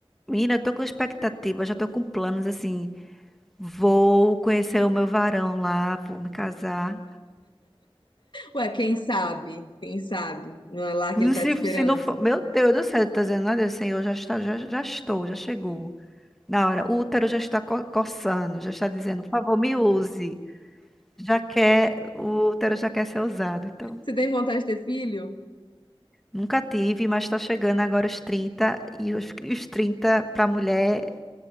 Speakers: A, in the centre; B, on the left (about 55°).
A: Menina, eu tô com expectativa, já tô com planos assim. Vou conhecer o meu varão lá, vou me casar.
B: Ué, quem sabe? Quem sabe? Não é lá que
A: Hum,
B: ele tá
A: Se,
B: te esperando.
A: se não for, meu Deus do céu, tá dizendo nada, Senhor, já está, já, já estou, já chegou. Na hora, o útero já está co- coçando, já está dizendo, por favor, me use. Já quer, o útero já quer ser usado. Então,
B: Você tem vontade de ter filho?
A: nunca tive, mas tá chegando agora os 30 e os, os 30 pra mulher,